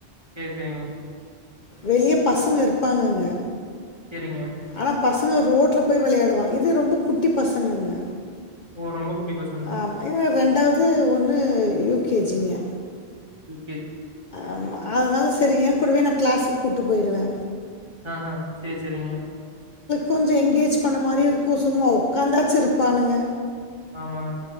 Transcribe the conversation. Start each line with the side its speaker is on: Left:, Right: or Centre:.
Right: சேர் செரிங்க
Left: வெளிய பசங்க இருப்பாங்கங்க
Right: செரிங்க
Left: ஆனால் பசங்க ரோட்ல போய் வெளையாடுவா இது ரொம்ப குட்டி பசங்கங்க
Right: ஓ ரொம்ப குட்டி பசங்க
Left: ஆமாம் ஏன்னா ரெண்டாவது ஒன்னு யூகேஜிங்க
Right: ம்
Left: ஆமா அதனால சரி ஏன் கூடவே நா க்ளாஸுக் கூட்டு போயிடுவே
Right: ஆஹ்ஹ சேரி செரிங்க
Left: கொஞ்சொ எங்கேஜ் பண்ண மாரியு இருக்கு சும்மா உக்காந்தாச்சு இருப்பானுங்க
Right: ஆமாங்க